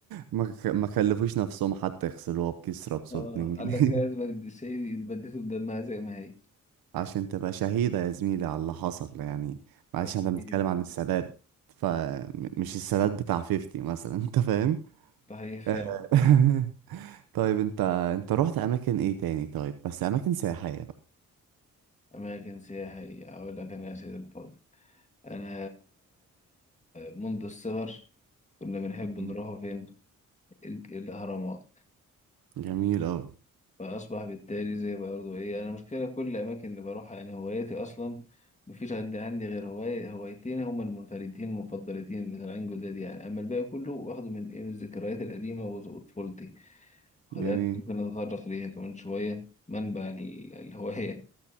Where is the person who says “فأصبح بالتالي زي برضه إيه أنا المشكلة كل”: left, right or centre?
Left